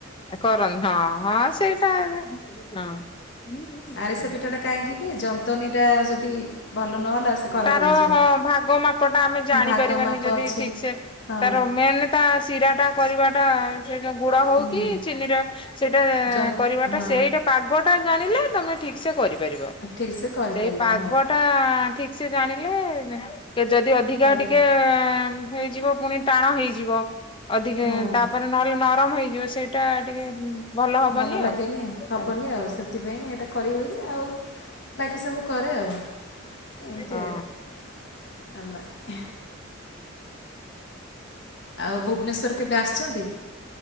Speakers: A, on the left; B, on the left.
A: କରନି ହଁ ହଁ ସେଇଟା ଏବେ ହଁ।
B: ଆରିସା ପିଠାଟା କାହିଁକି କି ଯନ୍ତନୀଟା ଯଦି ଭଲ ନହେଲା ସେ ଖରାପ
A: ତାର
B: ହେଇଯିବ
A: ହଁ ଭାଗ ମାପ ଟା ଆମେ ଜାଣିପାରିବା।
B: ଭାଗ ମାପ
A: ଯଦି
B: ଅଛି
A: ଠିକ ସେ
B: ହଁ
A: ତାର ମେନ୍ ତା ଶିରା ଟା କରିବା ଟା ସେ ଯୋଉ ଗୁଡ ହଉ
B: ହୁଁ
A: କି ଚିନି ର ସେଇଟା
B: ଯ
A: କରିବାଟା
B: ହଁ
A: ସେଇଟା ପାଗ ଟା ଜାଣିଲେ ତମେ ଠିକ ସେ କରିପାରିବ।
B: ଠିକ୍ ସେ କରିପାରିବ
A: ସେଇ ପାଗ
B: ହଁ
A: ଟା ଠିକ ସେ ଜାଣିଲେ ଯଦି ଅଧିକା
B: କରିବ
A: ଟିକେ ହେଇଯିବ ପୁଣି ଟାଣ ହେଇଯିବ। ଅଧିକା
B: ହଁ।
A: ତାପରେ ନହେଲେ ନରମ ହେଇଯିବ ସେଇଟା ଟିକେ ହବନି
B: ଭଲ ଲାଗେନି
A: ଆଉ।
B: ହବନି
A: ହଁ
B: ଆଉ ସେଥିପାଇଁ ଏଇଟା କରିବଏନି ଆଉ ବାକି ସବୁ କରେ ଆଉ ଏମିତି
A: ଓ
B: ଆଉ ଆ ମାର ଆଉ ଭୁବନେଶ୍ୱର କେବେ ଆସିଛନ୍ତି।